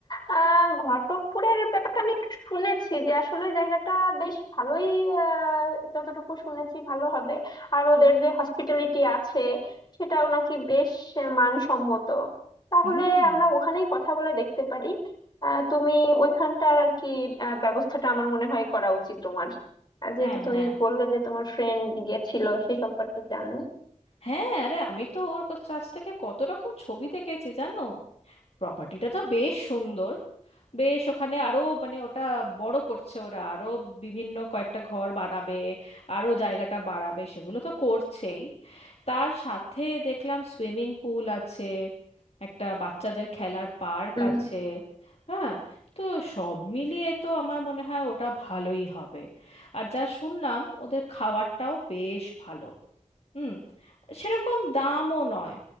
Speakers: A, on the left; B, on the left.
A: আহ ঘটকপুরের ব্যাপারটা আমি একটু শুনেছি যে আসলে জায়গাটা বেশ ভালোই আহ, যতটুকু শুনেছি ভালো হবে আর ওদের যে হসপিটালিটি আছে সেটাও নাকি বেশ আহ, মানসম্মত তাহলে
B: হুম
A: আমরা ওখানেই কথা বলে দেখতে পারি আহ তুমি ওইখানটার আর কি আহ, ব্যবস্থাটা আমার মনে হয় করা উচিত তোমার আহ, যেহেতু
B: হ্যাঁ
A: তুমি
B: হ্যাঁ
A: বললে যে তোমার ফ্রেন্ড গেছিল সেই সম্পর্কে জানি
B: হ্যাঁ আরে আমি তো ওর কাছ থেকে কত রকম ছবি দেখেছি জানো প্রপার্টিটা তো বেশ সুন্দর বেশ ওখানে আরো মানে ওটা বড় করছে ওরা আরো বিভিন্ন কয়েকটা ঘর বানাবে আরো জায়গাটা বাড়াবে সেগুলো তো করছেই তার সাথে দেখলাম সুইমিং পুল আছে একটা বাচ্চাদের খেলার পার্ক
A: হ্যাঁ
B: আছে হ্যাঁ তো সব মিলিয়ে তো আমার মনে হয় ওটা ভালোই হবে আর যা শুনলাম ওদের খাবারটাও বেশ ভালো হুম সেরকম দামও নয়